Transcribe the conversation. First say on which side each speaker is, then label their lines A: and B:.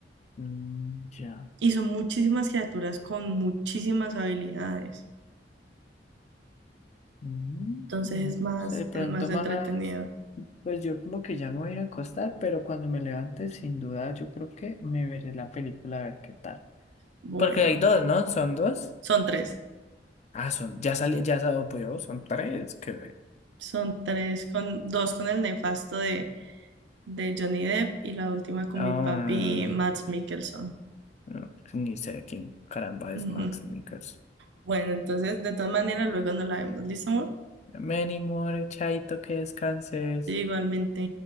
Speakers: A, on the left; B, on the right.
A: Mm, ya.
B: Y son muchísimas criaturas con muchísimas habilidades.
A: Mm,
B: Entonces
A: bueno,
B: es más,
A: no sé, de pronto
B: es más entretenido.
A: más, a- pues yo como que ya me voy a ir a acostar, pero cuando me levante, sin duda, yo creo que me veré la película a ver qué tal.
B: Bueno,
A: Porque hay dos, ¿no? ¿Son dos?
B: son tres.
A: Ah, son, ya salió, ya salió, yo, son tres, creo.
B: Son tres con dos con el nefasto de, de Johnny Depp y la última con
A: Ah,
B: mi papi Mads Mikkelsen.
A: no, pues ni sé quién caramba
B: <laughs>
A: es
B: Ujú.
A: Max Mikkelsen.
B: Bueno, entonces de todas maneras luego nos la vemos. ¿Listo, amor?
A: Many more, Chaito, que descanses.
B: Igualmente.